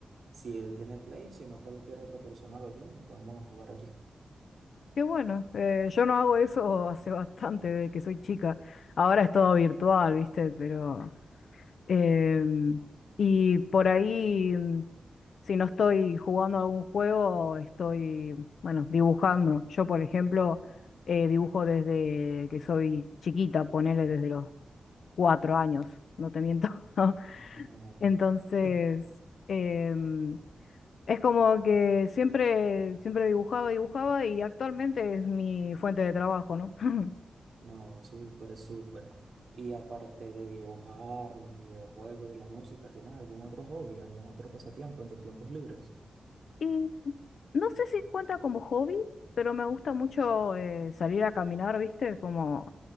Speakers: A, on the right (about 60°); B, on the left (about 75°).
A: si él tiene Play, si no cualquier otra persona lo lleva, nos podemos jugar aquí.
B: Qué bueno. Eh, yo no hago eso <laughs> hace bastante, desde que soy chica. Ahora es todo virtual, ¿viste? Pero... em, y por ahí, mm, si no estoy jugando algún juego, estoy, bueno, dibujando. Yo, por ejemplo, eh, dibujo desde que soy chiquita, ponele desde los cuatro años, no te miento. <laughs>
A: No,
B: Entonces,
A: <laughs>
B: em, es como que siempre, siempre dibujaba, dibujaba y actualmente es mi fuente de trabajo, ¿no? <laughs>
A: no, súper, súper. Y aparte de dibujar, los videojuegos y la música, ¿tienes algún otro hobby, algún otro pasatiempo en tus tiempos libres?
B: Y no sé si cuenta como hobby, pero me gusta mucho eh, salir a caminar, ¿viste? Como